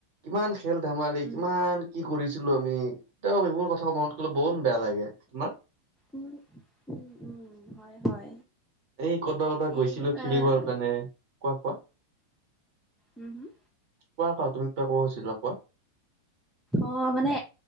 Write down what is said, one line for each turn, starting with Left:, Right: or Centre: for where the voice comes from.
Right: কিমান খেল ধেমালি,
Centre: উম
Right: কিমান কি কৰিছিলোঁ আমি, এতা এইবোৰ কথা মনত কলে বহুন বেয়া লাগে। তোমাৰ <inaudible>
Centre: উম উম, উম, হয়, হয়।
Right: এই <unintelligible> গৈছিলো
Centre: এই
Right: খেলিবৰ
Centre: আহ
Right: কাৰণে, কোৱা, কোৱা।
Centre: উম হুম
Right: কোৱা, কোৱা। তুমি কিবা ক'ব খুজিছিলা কোৱা।
Centre: অ'‌ মানে,